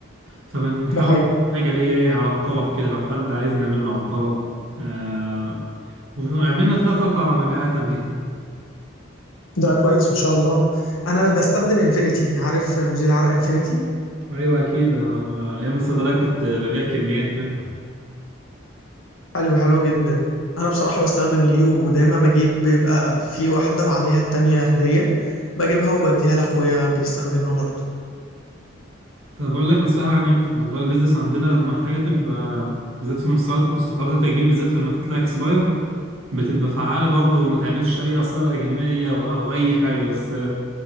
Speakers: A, on the right (about 85°); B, on the left (about 80°).
A: فبنحاول
B: ده حقيقي
A: نعمل حاجة اللي هي إيه، على الطلب كده لو حد عايز نعمله على الطلب آه وعملنا تلات أربع مبيعات قبل كده
B: ده كويس ما شاء الله انا بستخدم انفينيتي عارف مزيل عرق انفينيتي
A: أيوة أكيد آه، أيام الصيدلية كنت ببيع كميات منه
B: حلو حلو جدا انا بصراحه بستخدم ليو ودايما بجيب بيبقى في واحده وعليها التانية هديه بجيبها وبديها لاخويا بيستخدمها برضه
A: طب أقول لك نصيحة يعني في موضوع البيزنس عندنا لما حاجة تبقى بالذات في مستحضرات مستحضرات التجميل بالذات لما تطلع اكسباير بتبقى فعالة برضه وما تعملش أي آثار جانبية أو, أو أي حاجة بس آه،